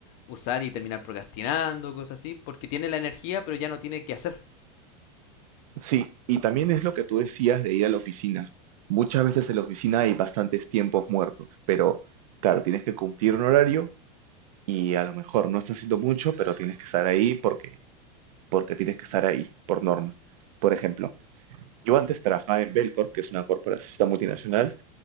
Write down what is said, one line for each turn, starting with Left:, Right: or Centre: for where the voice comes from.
Left: usar y terminar procrastinando, cosas así, porque tiene la energía, pero ya no tiene que hacer.
Right: sí, y también es lo que tú decías de ir a la oficina. Muchas veces en la oficina hay bastantes tiempos muertos, pero claro, tienes que cumplir un horario y a lo mejor no estás haciendo mucho, pero tienes que estar ahí porque, porque tienes que estar ahí, por norma. Por ejemplo, yo antes trabajaba en Belcorp, que es una corporación multinacional,